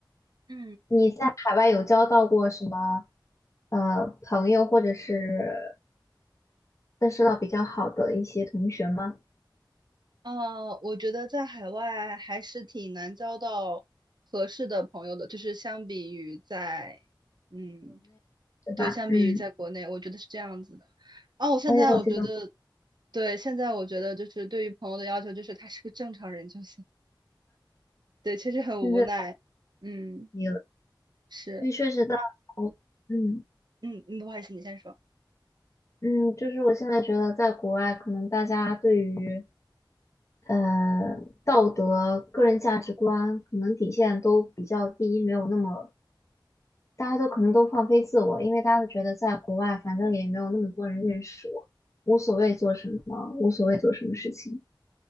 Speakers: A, on the right; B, on the left.
A: 嗯，
B: 你在海外有交到过什么呃朋友，或者是认识到比较好的一些同学吗？
A: 呃，我觉得在海外还是挺难交到合适的朋友的，就是相比于在，嗯，
B: 对吧？
A: 对，相比于在国内，
B: 嗯，
A: 我觉得是这样子的。哦，现在我觉得，
B: 我也有这种
A: 对，现在我觉得就是对于朋友的要求就是他是个正常人就行。对，确实很无奈。
B: 现在
A: 嗯，
B: 也有，
A: 是，
B: 因为确实在我，嗯
A: 嗯，嗯，不好意思，你先说。
B: 嗯，就是我现在觉得在国外，可能大家对于呃道德、个人价值观可能底线都比较低，没有那么大家都可能都放飞自我，因为大家都觉得在国外反正也没有那么多人认识我，无所谓做什么，无所谓做什么事情。